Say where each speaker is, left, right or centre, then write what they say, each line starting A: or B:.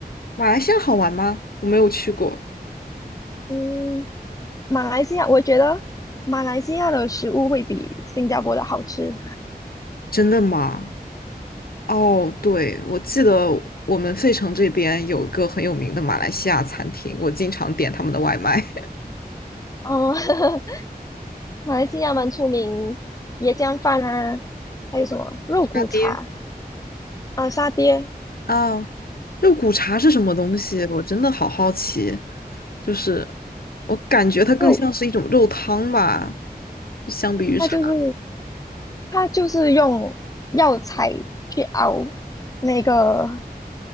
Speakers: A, on the left; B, on the left.
A: 马来西亚好玩吗？我没有去过。
B: 嗯，马来西亚我觉得马来西亚的食物会比新加坡的好吃。
A: 真的吗？哦，对，我记得我们费城这边有一个很有名的马来西亚餐厅，我经常点他们的外卖。<laughs>
B: 哦，<laughs> 马来西亚蛮出名椰浆饭啊，还有什么肉骨茶
A: 沙爹。
B: 啊、沙爹
A: 啊，肉骨茶是什么东西？我真的好好奇。就是我感觉它更像是一种肉汤吧，
B: 肉，
A: 相比于茶。
B: 它就是它就是用药材去熬那个